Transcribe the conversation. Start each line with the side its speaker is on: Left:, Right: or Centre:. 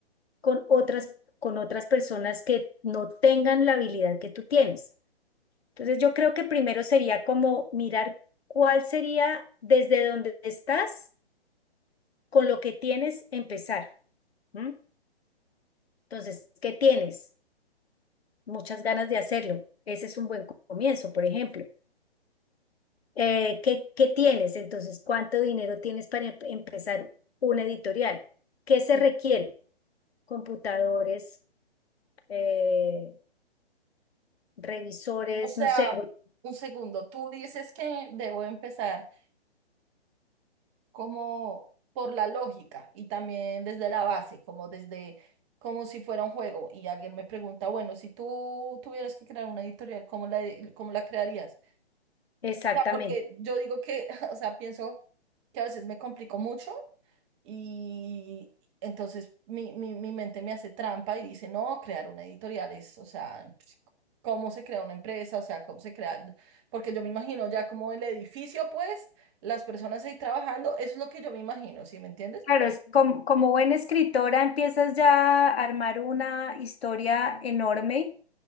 Left: con otras, con otras personas que no tengan la habilidad que tú tienes. Entonces yo creo que primero sería como mirar cuál sería desde donde estás, con lo que tienes, empezar. ¿m? Entonces, ¿qué tienes? Muchas ganas de hacerlo. Ese es un buen comienzo, por ejemplo. Eh, ¿qué, qué tienes? Entonces, ¿cuánto dinero tienes para em- empezar una editorial? ¿Qué se
Right: sí.
Left: requiere? Computadores, eh, revisores,
Right: O sea,
Left: no sé, bueno,
Right: un segundo, tú dices que debo empezar. como por la lógica y también desde la base, como desde, como si fuera un juego. Y alguien me pregunta, bueno, si tú tuvieras que crear una editorial, ¿cómo la, e- cómo la crearías?
Left: exactamente.
Right: O sea, porque yo digo que, <laughs> o sea, pienso que a veces me complico mucho y entonces mi, mi, mi mente me hace trampa y dice, no, crear una editorial es, o sea, pues, cómo se crea una empresa, o sea, cómo se crea, porque yo me imagino ya como el edificio, pues, las personas ahí trabajando, eso es lo que yo me imagino, ¿sí me entiendes?
Left: Claro, es como, como buena escritora empiezas ya a armar una historia enorme,